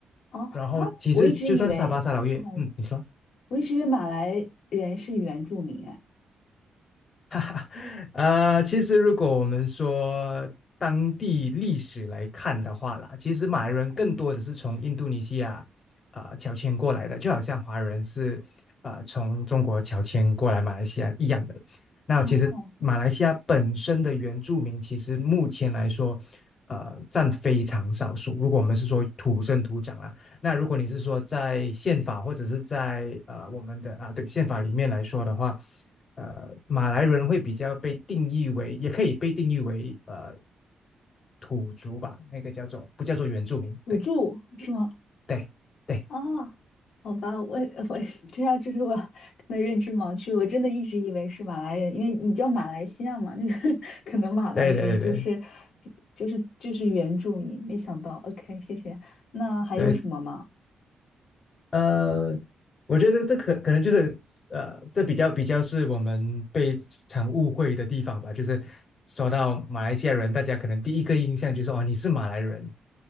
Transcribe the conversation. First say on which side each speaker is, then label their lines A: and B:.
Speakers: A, on the left; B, on the left.
A: 哦啊，
B: 然后其实就算沙巴沙劳越，
A: 我一直以为，不好意思，
B: 嗯，你说。
A: 我一直以为马来人是原住民哎，
B: <laughs> 呃，其实如果我们说当地历史来看的话啦，其实马来人更多的是从印度尼西亚呃乔迁过来的，
A: 嗯
B: 就好像华人是呃从中国乔迁过来马来西亚一样的。那其实马来西亚本身的原住民，
A: 哦，
B: 其实目前来说，呃，占非常少数。如果我们是说土生土长啊，那如果你是说在宪法或者是在呃我们的啊对宪法里面来说的话。呃，马来人会比较被定义为，也可以被定义为呃土族吧，那个叫做不叫做原住民？
A: 土著是吗？
B: 对对对
A: 哦，好吧，我我是这样，就是我可能认知盲区，我真的一直以为是马来人，因为你叫马来西亚嘛，就是 <laughs> 可能马来人就是
B: 对对对对
A: 就是就是原住民，没想到，OK，谢谢。那还有什么吗？
B: 对，呃，我觉得这可可能就是呃，这比较比较是我们被常误会的地方吧。就是说到马来西亚人，大家可能第一个印象就是哦，你是马来人。